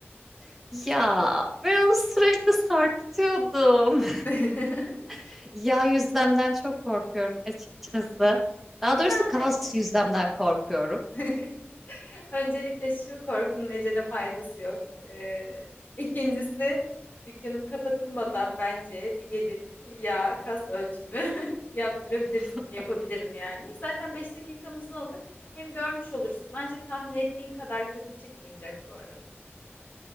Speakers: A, in the centre; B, on the left.
A: <laughs> Ya ben onu sürekli sarkıtıyordum.
B: <laughs>
A: <laughs> Yağ yüzlemden çok korkuyorum açıkçası. Daha doğrusu
B: Yani.
A: kas yüzlemden korkuyorum.
B: <laughs> Öncelikle şu korkunun ecele faydası yok. Ee, ikincisi dükkanım kapatılmadan bence bir gelip ya kas ölçümü <laughs> yaptırabilirsin.
A: <laughs>
B: Yapabilirim yani. Zaten 5 dakikamızı alır. Hem görmüş olursun. Bence tahmin ettiğin kadar kötü çıkmayacak bu arada.